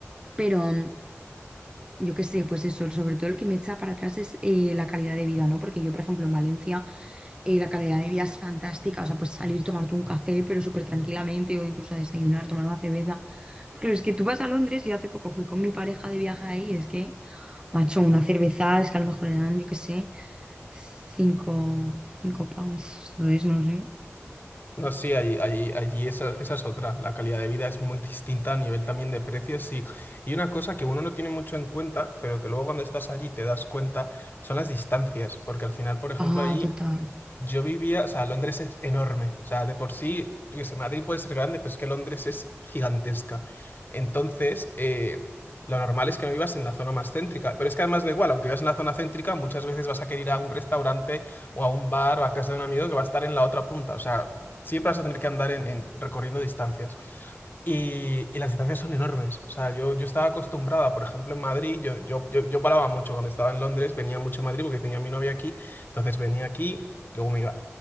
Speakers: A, on the right; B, on the left.
A: Pero mm, yo qué sé, pues eso, sobre todo el que me echa para atrás es eh, la calidad de vida, ¿no? Porque yo, por ejemplo, en Valencia eh, la calidad de vida es fantástica, o sea, pues salir, tomarte un café, pero súper tranquilamente, o incluso a desayunar, tomar una cerveza. Porque es que tú vas a Londres, yo hace poco fui con mi pareja de viaje ahí, es que, macho, una cerveza es que a lo mejor eran, yo qué sé, cinco, cinco pounds, no es, no sé.
B: No, sí, allí, allí, allí esa, esa es otra. La calidad de vida es muy distinta a nivel también de precios y, y una cosa que uno no tiene mucho en cuenta, pero que luego cuando estás allí te das cuenta, son las distancias. Porque al final, por ejemplo,
A: Ah,
B: allí
A: total.
B: Yo vivía, o sea, Londres es enorme, o sea, de por sí, yo qué sé, Madrid puede ser grande, pero es que Londres es gigantesca. Entonces, eh, lo normal es que no vivas en la zona más céntrica, pero es que además da igual, aunque vivas en la zona céntrica, muchas veces vas a querer ir a un restaurante o a un bar o a casa de un amigo que va a estar en la otra punta, o sea, siempre vas a tener que andar en, en- recorriendo distancias. Y, y las distancias son enormes. O sea, yo, yo estaba acostumbrada, por ejemplo, en Madrid, yo, yo, yo, yo paraba mucho cuando estaba en Londres, venía mucho a Madrid porque tenía a mi novia aquí, entonces venía aquí, luego me iba.